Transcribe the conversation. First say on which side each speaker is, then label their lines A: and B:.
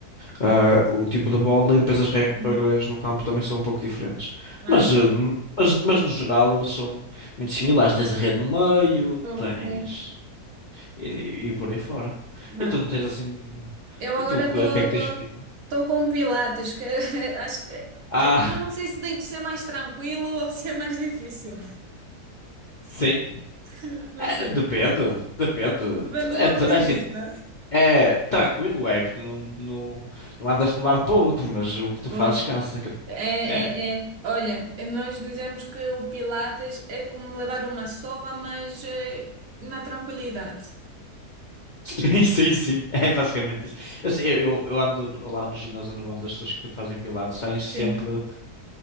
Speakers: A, on the left; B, on the right.
A: ah, o tipo de bola e depois as regras
B: Hum.
A: no campo também são um pouco diferentes.
B: Ai,
A: Mas, ah,
B: pois.
A: no- mas, mas no geral eles são muito similares. Tens a rede no meio,
B: ok.
A: tens. E, e por aí fora.
B: Vá.
A: E tu não tens assim nenhum.
B: Eu agora
A: E tu, o
B: estou
A: que o que é que tens feito?
B: com Pilates, que <laughs> acho que
A: Ah,
B: eu não sei
A: <laughs>
B: se devo ser mais tranquilo ou ser mais difícil.
A: sim.
B: <laughs> Não
A: É,
B: sei.
A: depende, depende.
B: Depende do
A: É,
B: ponto
A: t-
B: de
A: é assim,
B: vista.
A: é tranquilo, é que tu não, não, não andas de um lado para o outro, mas o que tu
B: Pois.
A: fazes cansa. Que eu também.
B: É,
A: é.
B: é, é. Olha, nós dizemos que o Pilates é como levar uma sova, mas eh, na tranquilidade.
A: Sim, sim, sim. <laughs> É basicamente isso. Eu, sei- eu, eu- eu ando no- lá no ginásio onde eu ando, as pessoas que fazem pilates saem sempre,
B: Sim.